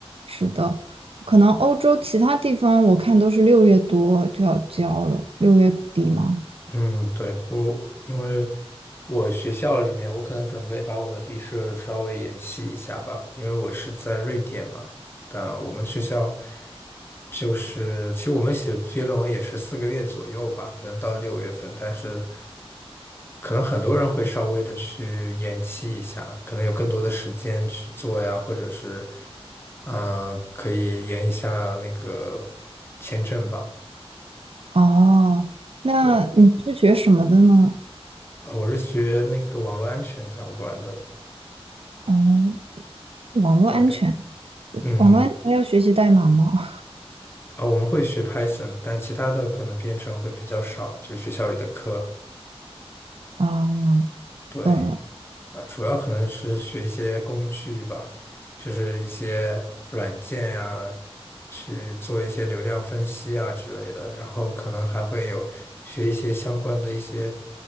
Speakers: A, on the right; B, on the left.
A: 是的，可能欧洲其他地方我看都是六月多就要交了，六月底吗？
B: 嗯，对，不过我因为我学校里面，我可能准备把我的毕设稍微延期一下吧，因为我是在瑞典嘛。但我们学校就是，其实我们写毕业论文也是四个月左右吧，可能到六月份，但是可能很多人会稍微的去延期一下，可能有更多的时间去做呀，或者是啊、呃可以延一下那个签证吧。
A: 哦，那你是学什么的呢？
B: 对，呃我是学那个网络安全相关的。
A: 哦，网络安全，
B: 对，嗯，
A: 网络安全要学习代码吗？<laughs>
B: 啊，我们会学 Python，但其他的可能编程会比较少，就是学校里的课。
A: 啊，
B: 对，
A: 懂了。
B: 啊，主要可能是学一些工具吧，就是一些软件呀，去做一些流量分析啊之类的，然后可能还会有学一些相关的一些